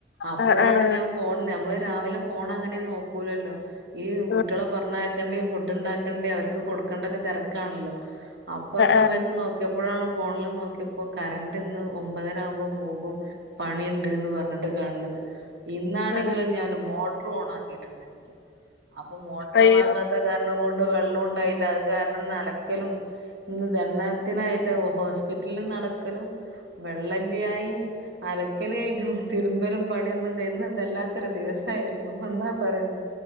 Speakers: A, on the right; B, on the left.
A: അപ്പോഴാണ്
B: ആഹ് ആഹ്
A: ഞാൻ ഫോൺ നമ്മള് രാവിലെ ഫോൺ അങ്ങനെ നോക്കൂലല്ലോ ഈ കുട്ടികളെ
B: ആഹ്
A: പർഞ്ഞേക്കണ്ടിയേ ഫുഡ് ഉണ്ടാക്കണ്ടി അവർക്ക് കൊടുക്കേണ്ട ഒക്കെ തെ രക്കാണല്ലോ അപ്പൊ ആ സമയത്ത്
B: ആഹ്
A: നോക്കിയപ്പോ അപ്പോഴാണ് ഫോണ്ല് നോക്കിയപ്പോ കറണ്ട് ഇന്ന് ഒമ്പതര ആമ്പോ പോകും പണിണ്ട്ന്ന് പർഞ്ഞിട്ട് കാണത് ഇന്നാണെങ്കിലോ
B: ആഹ്
A: ഞാൻ മോട്ടർ ഓൺ ആക്കിയിട്ടണ്ടായിരുന്നില്ല. അപ്പൊ മോട്ടർ
B: അയ്യോ
A: ഓൺ ആക്കാത്ത കാരണം കൊണ്ട് വെള്ളം ഉണ്ടായില്ല അത് കാരണം ഇന്നലക്കലും ഇന്ന് ദണ്ണത്തിനായിട്ട് ഹോസ്പിറ്റലിൽ നടക്കലും. വെള്ളല്ലിയായി അലക്കലായി തിരുമ്പലും പണിയൊന്നും ഇന്ന് വല്ലാത്തൊരു ദിവസം. ആയിരുന്നു എന്താ പറയുന്നെ